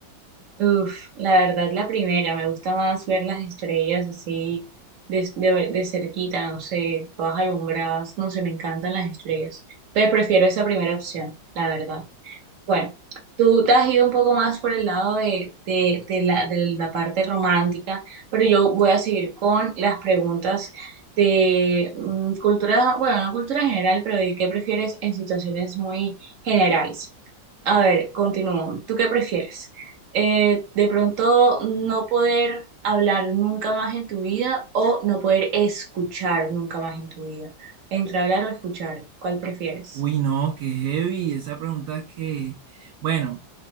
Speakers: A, on the right; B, on the right.
A: Uf, la verdad, la primera, me gusta más ver las estrellas así de, de, de cerquita, no sé, todas alumbradas, no sé, me encantan las estrellas. Entonces, prefiero esa primera opción, la verdad. Bueno, tú te has ido un poco más por el lado de, de- de la, de la parte romántica, pero yo voy a seguir con las preguntas de mm, cultura, bueno, no cultura general, pero de qué prefieres en situaciones muy generales. A ver, continúo. ¿Tú qué prefieres? Eh, de pronto no poder hablar nunca más en tu vida o no poder escuchar nunca más en tu vida. Entre hablar o escuchar, ¿cuál prefieres?
B: Uy, no, qué heavy, esa pregunta que, bueno,